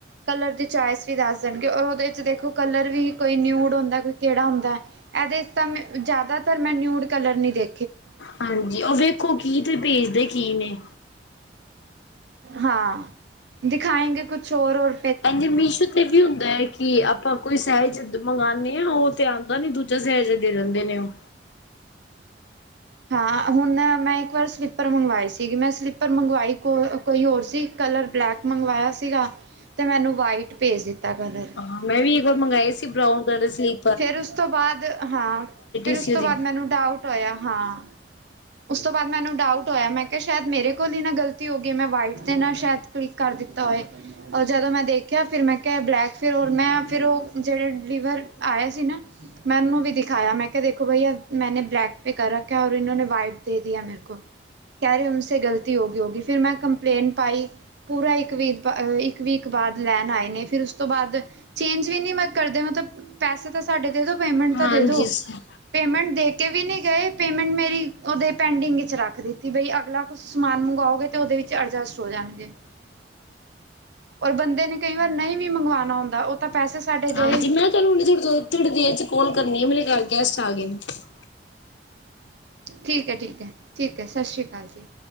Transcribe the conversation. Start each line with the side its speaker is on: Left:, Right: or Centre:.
Right: ਕਲਰ ਦੀ ਚੋਇਸ ਵੀ ਦੱਸ ਦੇਣਗੇ ਔਰ ਉਦੇ 'ਚ ਦੇਖੋ ਕਲਰ ਵੀ ਕੋਈ ਨਿਊਡ ਹੁੰਦਾ, ਕੋਈ ਕੇੜਾ ਹੁੰਦਾ ਐਦੇ ਤਾਂ ਮੈਂ ਜ਼ਿਆਦਾਤਰ ਮੈਂ ਨਿਊਡ ਕਲਰ ਨੀ ਦੇ
Left: ਹਾਂਜੀ ਓ ਵੇਖੋ ਕੀ ਦੇ ਭੇਜਦੇ ਕੀ ਨੇ।
Right: ਹਾਂ ਦਿਖਾਏਂਗੇ ਕੁਛ ਔਰ-ਔਰ
Left: ਇੰਝ ਮੀਸ਼ੋ 'ਤੇ ਵੀ ਹੁੰਦਾ ਕਿ ਆਪਾਂ ਕੋਈ ਸਾਇਜ ਮੰਗਾਨੇ ਆ ਓ 'ਤੇ ਆਂਦਾ ਨੀ ਦੂਜਾ ਸਾਇਜ ਦੇ ਦਿੰਦੇ ਨੇ ਓ।
Right: ਹਾਂ ਹੁਣ ਮੈਂ ਇੱਕ ਵਾਰ ਸਲੀਪਰ ਮੰਗਵਾਏ ਸੀਗੀ ਮੈਂ ਸਲੀਪਰ ਮੰਗਵਾਈ ਕੋ ਕੋਈ ਹੋਰ ਸੀ ਕਲਰ ਬਲੈਕ ਮੰਗਵਾਇਆ ਸੀਗਾ ਤੇ ਮੈਨੂੰ ਵਾਈਟ ਭੇਜ ਦਿੱਤਾ ਕਲਰ।
Left: ਹਾਂ ਮੈਂ ਵੀ ਇੱਕ ਵਾਰ ਮੰਗਾਏ ਸੀ ਬਰਾਊਨ ਕਲਰ ਸਲੀ
Right: ਫੇਰ ਉਸ ਤੋਂ ਬਾਅਦ ਹਾਂ, ਫਿਰ
Left: ਸੀ
Right: ਉਸ
Left: ਉਹਦੀ
Right: ਤੋਂ ਬਾਅਦ ਮੈਨੂੰ ਡਾਊਟ ਹੋਇਆ ਹਾਂ ਉਸ ਤੋਂ ਬਾਅਦ ਮੈਨੂੰ ਡਾਊਟ ਹੋਇਆ ਮੈਂ ਕੇਆ ਸ਼ਾਇਦ ਮੇਰੇ ਕੋਲ ਈ ਨਾ ਗਲਤੀ ਹੋਗੀ ਮੈਂ ਵਾਈਟ 'ਤੇ ਨਾ ਸ਼ਾਇਦ ਕਲਿਕ ਕਰ ਦਿੱਤਾ ਹੋਏ। ਔਰ ਜਦੋਂ ਮੈਂ ਦੇਖਿਆ ਫਿਰ ਮੈਂ ਕੇਆ ਬਲੈਕ ਫਿਰ ਔਰ ਮੈਂ ਫਿਰ ਓ ਜੇੜੇ ਡਿਲੀਵਰ ਆਏ ਸੀ ਨਾ ਮੈਂ ਉਨੂੰ ਵੀ ਦਿਖਾਇਆ ਮੈਂ ਕੇਆ ਦੇਖੋ ਬਈ ਆ ਮੈਨੇ ਬਲੈਕ ਪੇ ਕਰ ਰੱਖਾ ਔਰ ਈਨੋ ਨੇ ਵਾਈਟ ਦੇ ਦੀਆ ਮੇਰੇ ਕੋ ਕੈ ਰੇ ਉਨਸੇ ਗ਼ਲਤੀ ਹੋਗੀ-ਹੋਗੀ ਫਿਰ ਮੈਂ ਕੰਪਲੇਂਨ ਪਾਈ ਪੂਰਾ ਇੱਕ ਵੀਕ ਬਾ ਇੱਕ ਵੀਕ ਬਾਅਦ ਲੈਣ ਆਏ ਨੇ ਫਿਰ ਉਸ ਤੋਂ ਬਾਦ ਚੇਂਜ ਵੀ ਨੀ ਮੈਂ ਕਰਦੇ ਮਤਲਬ ਪੈਸੇ ਤਾਂ ਸਾਡੇ ਦੇ ਦੋ ਪੇਮੈਂਟ
Left: ਹਾਂਜੀ
Right: ਤਾਂ ਦੇ ਦੋ,
Left: ਹੂੰ
Right: ਪੇਮੈਂਟ ਦੇ ਕੇ ਵੀ ਨੀ ਗਏ ਪੇਮੈਂਟ ਮੇਰੀ ਉਦੇ ਪੈਂਡਿੰਗ ਵਿੱਚ ਰੱਖ ਦਿੱਤੀ ਬਈ ਅਗਲਾ ਕੁਛ ਸਮਾਨ ਮੰਗਾਓਗੇ 'ਤੇ ਉਦੇ ਵਿੱਚ ਅਡਜਸਟ ਹੋ ਜਾਣਗੇ। ਔਰ ਬੰਦੇ ਨੇ ਕਈ ਵਾਰ ਨਈ ਵੀ ਮੰਗਵਾਣਾ ਹੁੰਦਾ ਓ ਤਾਂ ਪੈਸੇ ਸਾਡੇ
Left: ਹਾਂਜੀ
Right: ਗਏ।
Left: ਮੈਂ ਤੁਹਾਨੂੰ ਥੋੜੀ ਦੇਰ, ਥੋੜੀ ਦੇਰ 'ਚ ਕਾਲ ਕਰਨੀ ਆ ਮੇਰੇ ਘਰ ਗੈਸਟ ਆ ਗੇ ਨੇ।
Right: ਠੀਕ ਏ, ਠੀਕ ਏ, ਠੀਕ ਏ ਸ ਸ਼੍ਰੀ ਕਾਲ ਜੀ।